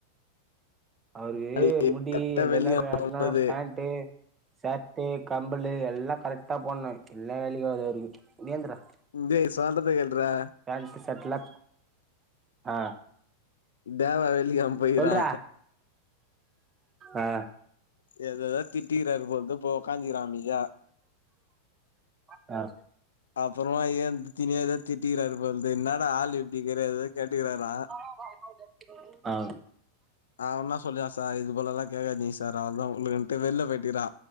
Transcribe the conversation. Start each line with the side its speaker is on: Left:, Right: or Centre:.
Right: அவுருக்கு
Left: நாளைக்கு
Right: முடி
Left: கரெக்டா
Right: இதெல்லா
Left: வெள்ளிக்கெழம
Right: வேண்டா
Left: போம்போது
Right: பேண்ட்டு ஷர்ட் பட்டே கம்பளு எல்லா கரெக்டா போன்னு இல்ல வேலிக்கு ஆகாது அவுருக்கு ஏந்துர்ரா
Left: த்து சொல்லறத‌ கேள்ல்றா
Right: பேன்ட் ஷர்ட்லா ஆ
Left: தேவா வெள்ளி கிழம போய்கிறா
Right: சொல்றா ஆ
Left: ஏதோதோ திட்டிறாரு போழுது போய் உக்காஞ்சிரா அமைதியா
Right: அ
Left: அப்றோமா ஏ துத்தினே இருக்குற ஏதா திட்டிக்கிறாரு பொழுது என்னாட ஆள் இப்டி இக்கிற கேட்டுக்கிறாரா
Right: ஆ ஆமா ஃப்ரோ ஆ
Left: ஆவுனா சொல்லுவா சார் இதுபோலெல்லா கேக்காதீங்க சார் அவ்ளோதா உங்களுக்குட்டு வெள்ல போயிட்க்கிறா